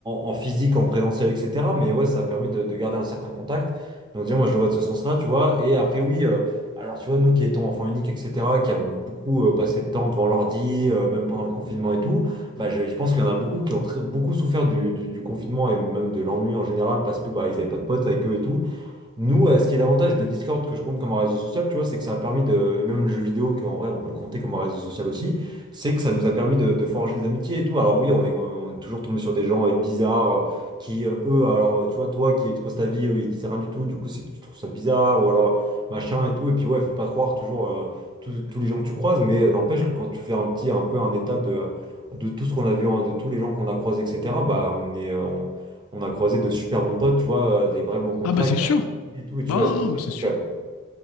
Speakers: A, on the right; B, on the left.
A: en, en- en- en physique, en présentiel, etc. Mais ouais, ça a permis de, de garder un certain contact. Donc déjà, moi, je le vois de ce sens-là, tu vois. Et après, oui, euh, alors tu vois, nous qui étions enfants uniques, etc., qui avons beaucoup euh, passé de temps devant l'ordi, euh, même pendant le confinement et tout, bah, je, je pense qu'il y en a beaucoup qui ont très- beaucoup souffert du, du- du confinement et même de l'ennui en général parce que bah, ils n'avaient pas de potes avec eux et tout. Nous, euh, ce qui est l'avantage de Discord que je compte comme un réseau social, tu vois, c'est que ça a permis de, et même le jeu vidéo, qu'en vrai on peut le compter comme un réseau social aussi, c'est que ça nous a permis de, de forger des amitiés et tout. Alors oui, on est, on est toujours tombé sur des gens euh, bizarres euh, qui, euh, eux, alors euh, tu vois, toi qui exposes ta vie, eux, ils disent rien du tout, du coup c'est, tu trouves ça bizarre, ou alors machin et tout. Et puis ouais, faut pas croire toujours euh, tous tous les gens que tu croises, mais euh, n'empêche que quand tu fais un petit, un peu un état de, de tout ce qu'on a vu, hein, de tous les gens qu'on a croisés, etc., bah on est... euh, on- on a croisé de super bons potes, tu vois, euh, des vrais bons contacts
B: Ah bah c'est sûr.
A: et tout, et tu
B: Non,
A: vois, Ouais, ça,
B: non,
A: je trouve
B: non,
A: ça
B: c'est
A: cool
B: sûr.
A: quand même.